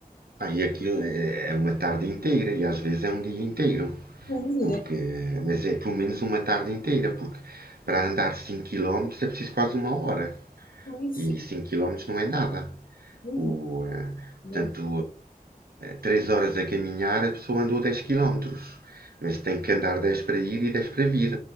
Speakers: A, on the right; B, on the left.
A: ah, e aquilo é é uma tarde inteira e às vezes é um dia inteiro.
B: Pois
A: Porque,
B: é,
A: mas é pelo menos uma tarde inteira, porque para andar 5 quilómetros é preciso quase uma hora.
B: pois,
A: E 5 quilómetros não é nada.
B: pois,
A: O, eh,
B: é.
A: portanto, 3 horas a caminhar, a pessoa andou dez quilómetros Mas tem que andar 10 para ir e 10 para vir.